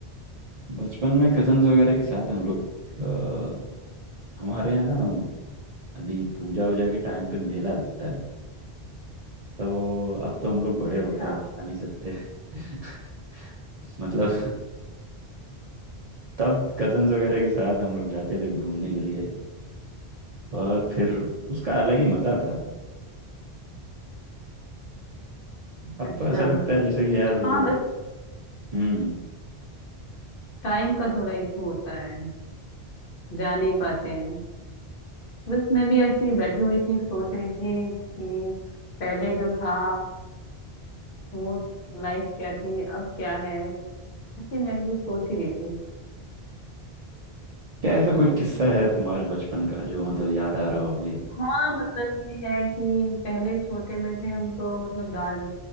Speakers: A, on the right; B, on the left.
A: बचपन में कजन्स वगैरह के साथ हम लोग अ, हमारे यहाँ ना अभी पूजा वूजा के टाइम पे मेला लगता है तो अब तो हम लोग बड़े
B: अच्छा
A: हो गए अब जा नहीं सकते <laughs> मतलब तब कजन्स वगैरह के साथ हम लोग जाते थे घूमने के लिए और फिर उसका अलग ही मजा था अब
B: अच्छा
A: तो ऐसा लगता है जैसे कि यार वो
B: हाँ बस
A: हम्म
B: टाइम का थोड़ा इशू होता है जा नहीं पाते हैं बस मैं भी ऐसी ही बैठी हुई थी सोच रही थी कि पहले जो था वो लाइफ क्या थी अब क्या है ऐसे मैं भी कुछ सोच ही रही थी
A: क्या ऐसा कोई किस्सा है तुम्हारे बचपन का जो मतलब याद आ रहा हो अभी
B: हाँ मतलब ये है कि पहले छोटे में थे हम तो मतलब दाद